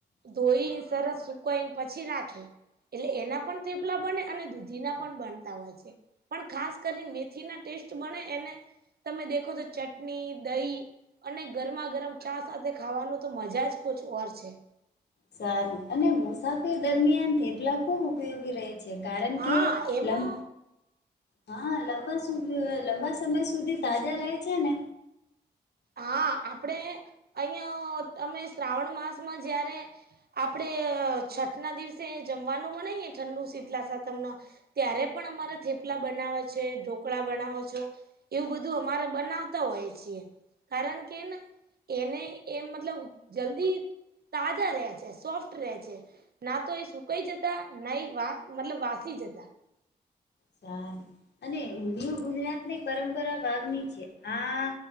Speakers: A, on the right; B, on the left.
A: ધોઈને સરસ સુકાઈને પછી રાખી એટલે એના પણ થેપલા બને અને દૂધી ના પણ બનતા હોય છે, પણ ખાસ કરીને મેથી ના ટેસ્ટ બને એને તમે દેખો તો ચટની, દહી અને ગરમા ગરમ ચા સાથે ખાવાનું, તો મજા જ કુછ ઓર છે,
B: સારું અને મુસાફરી દરમિયાન થેપલા ખુબ ઉપયોગી રહે છે, કારણ
A: હા
B: કે
A: એમાં
B: લં હા, લંબા શું લંબા સમય સુધી તાજા રહે છે, ને
A: હા, આપડે અહિયા તમે શ્રાવણ માસમાં જયારે આપડે અ છઠ ના દિવસે જમવાનું બનાઇ એ ઠંડુ શીતલા સાતમ ના ત્યારે પણ અમારે થેપલા બનાવે છે, ઢોકળા બનાવો છો એવું બધું અમારે બનાવતા હોય છીએ, કારણ કે એને એને એ મતલબ જલ્દી તાજા રે છે સોફ્ટ રે છે, ના તો એ સુકાઈ જતા ના એ વા મતલબ વાસી જતા
B: સારું અને <unintelligible> ગુજરાતની પરંપરા વાઘ ની છે, આ